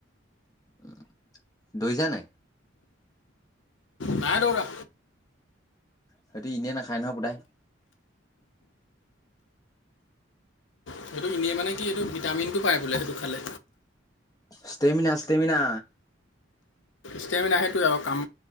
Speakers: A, on the left; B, on the left.
A: <unintelligible>
B: নাই দৌৰা।
A: সেইটো এনেই নাখায় নহয় সোটায়।
B: সেইটো এনে মানে কি এইটো ভিটামিনটো পায় বোলে সেইটো খালে।
A: Stamina stamina.
B: ষ্টেমিনা সেইটোৱে আৰু কাম